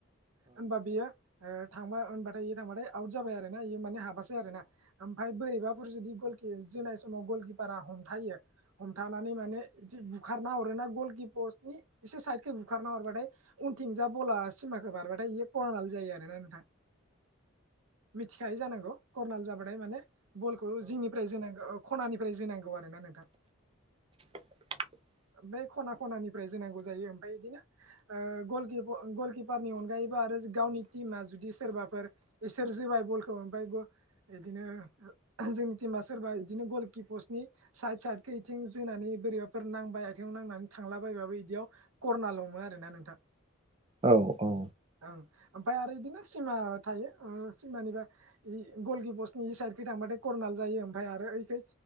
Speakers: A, on the right; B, on the right.
A: होनबा बियो ओ थांबा होनबाथाय इयो थांबाथाय आउट जाबाय आरो ना इयो। माने हाबासै आरोना ओमफ्राय बोरैबाफोर जुदि गलकि जोनाय समाव गलकिपारा हमथायो हमथानानै माने <unintelligible> बुखारना हरोना गलकिपस्नि इसे साइदखै बुखारना हरबाथाय उनथिंजा बला सिमा बारबाथाय इयो कर'नाल' जायो आरोना नोंथां। मिथिखायो जानांगौ कर्नाल जाबाथाय माने बलखौ जिंनिफ्राय जोनांगौ औ खनानिफ्राय जोनांगौ आरो ना नोंथां।
B: <inaudible>
A: बे खना खनानिफ्राय जोनांगौ जायो ओमफाय इदिनो ओ गलकिप गलकिप पारनि अनगायैबो आरो गावनि टिमा जुदि सोरबाफोर इसोर जोबाय बलखौ ओमफाय <unintelligible> इदिनो जोंनि टिमा सोरबा इदिनो गलकिपसनि साइद साइदखौ इथिं जोनानै बोरै फोर नांबाय आथिंङाव नांनानै थांलाबायबाबो इदियाव करनाल हमो आरो ना नोंथां।
B: औ औ
A: ओं ओमफ्राय आरो बिदिनो सिमा थायो ओ सिमानिबा गलकिपसनि साइडखै <unintelligible> थांबाथाय कर्नाल जायो ओमफाय आरो यैखै